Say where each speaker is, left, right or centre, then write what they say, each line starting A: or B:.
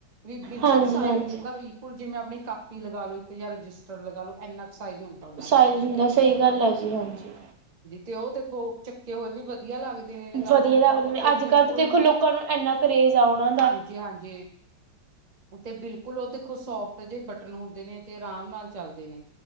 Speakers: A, on the right; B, on the right.
A: ਵੀ ਬਿਲਕੁਲ
B: ਹਾਂਜੀ
A: ਸਾਈਜ਼
B: ਹਾਂਜੀ
A: ਉਹਨਾਂ ਦਾ ਬਿਲਕੁਲ ਜਿਵੇਂ ਅਪਣੀ ਕਾਪੀ ਲਗਾ ਲੋ ਤੇ ਜਾਂ ਰਜਿਸਟਰ ਲਗਾ ਲੋ ਇੰਨਾ ਕੁ ਸਾਈਜ਼ ਹੁੰਦਾ ਉਹਨਾਂ
B: ਸਾਈਜ
A: ਦਾ
B: ਹੁੰਦਾ ਸਹੀ ਗੱਲ ਹੈ ਜੀ ਹਾਂਜੀ
A: ਤੇ ਉਹ ਦੇਖੋ ਚੱਕੇ ਹੋਏ ਵੀ ਵਧੀਆ ਲੱਗਦੇ ਨੇ ਲਗਾ
B: ਵਧੀਆ
A: ਲੋ
B: ਲਗਦੇ ਨੇ
A: ਤੇ ਬਿਲਕੁਲ
B: ਅੱਜ ਕੱਲ੍ਹ ਤਾਂ ਦੇਖੋ
A: ਨਾ
B: ਲੋਕਾਂ ਨੂੰ ਇੰਨਾ ਕਰੇਜ਼ ਆਉਣਾ
A: ਹਾਂਜੀ ਹਾਂਜੀ ਤੇ ਬਿਲਕੁਲ ਉਹ ਦੇਖੋ ਸੋਫਟ ਜਿਹੇ ਬਟਨ ਹੁੰਦੇ ਨੇ ਤੇ ਆਰਾਮ ਨਾਲ ਚੱਲਦੇ ਨੇ